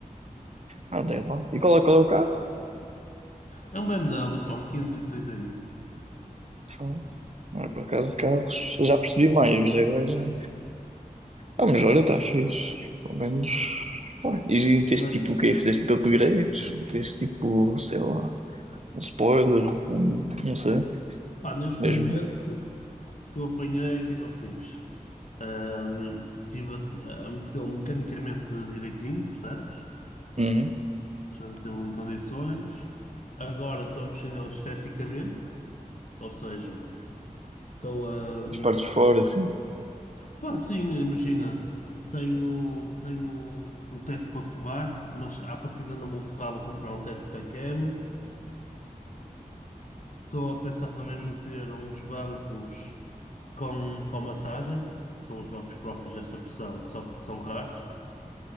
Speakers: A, on the right; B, on the left.
A: Ah, não tem mal. E qual é, qual é o carro?
B: É um BMW, pá, um quinhentos e trinta i
A: Fala. Não é por acaso de carros. Eu já percebi mais, mas agora já. Ah, mas olha, está fixe. Pelo menos. Pá. E já meteste
B: mas
A: tipo o quê? Fizeste tipo upgrades? Meteste tipo, sei lá, um spoiler, um, não sei,
B: pá, neste
A: mesmo.
B: momento que eu apanhei, o que é que eu fiz? Hum, Estive a, te- a metê-lo mecanicamente direitinho, percebes?
A: Uhum.
B: Estou a metê-lo em condições. Agora estou a mexer nele esteticamente, ou seja. Estou a, hum,
A: As partes de fora, assim.
B: Pá, sim, imagina. Tenho, tenho o teto para forrar, mas à partida não vou forrar, vou comprar um teto para a cama. Estou a pensar também em meter uns bancos com, com massagem, que são os bancos próprios desta versão, que só que são raros.